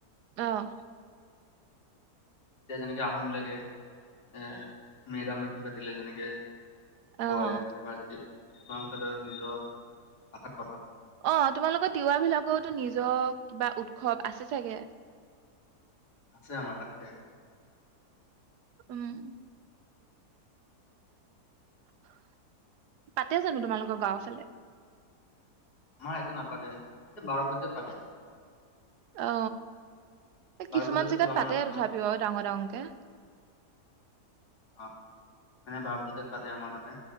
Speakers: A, on the right; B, on the left.
A: আহ
B: এতিয়া যেনেকে আহোমবিলাকে, এ মেডাম মে ফি পাতিলে যেনেকে
A: অ'
B: কয় <unintelligible> কিছুমান কথা নিজৰ <inaudible> আ
A: অঁ তোমালোকৰ তিৱাবিলাকতো, নিজৰ কিবা উৎসৱ আছে চাগে?
B: আছে আমাৰ <unintelligible>
A: উম <inaudible> পাতে জানো তোমালোকৰ গাঁওৰ ফালে
B: আমাৰ সেনকে নাপাতে, এ বাৰ বইচাত পাতে
A: আ,
B: বাৰ
A: কিছুমান
B: পূজাতো
A: জেগাত
B: দুবাৰমান
A: পাতে
B: আছে
A: তথাপিও
B: আমাৰ
A: আও ডাঙৰ ডাঙৰকে
B: অ মানে বাও পূজাত পাতে আমাৰ তাতে